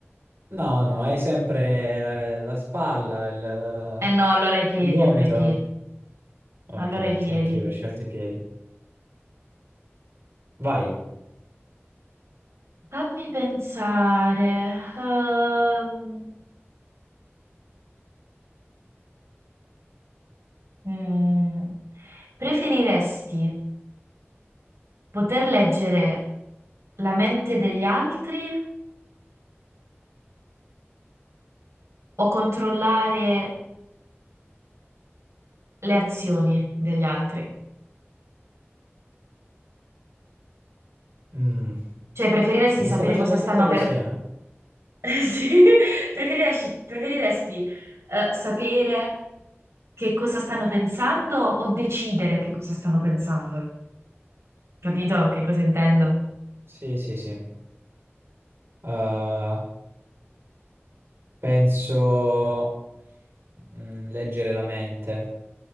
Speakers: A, on the right; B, on the right.
A: No, no, hai sempre eh, la spalla, il,
B: Eh no, allora i piedi,
A: il gomito.
B: allora i piedi,
A: Ok,
B: allora i piedi.
A: sì, anch'io avrei scelto i piedi. Vai.
B: Fammi pensare. ehm, mm, preferiresti poter leggere la mente degli altri o controllare le azioni degli altri?
A: Mm,
B: Cioè, preferiresti
A: Le
B: sapere
A: stai facendo
B: cosa stanno
A: tutte così,
B: per
A: eh?
B: Eh, Sì, <laughs> preferiresti, preferiresti, eh, sapere che cosa stanno pensando o decidere che cosa stanno pensando? Capito che cosa intendo?
A: Sì, sì, sì. Uh, penso. mm, leggere la mente,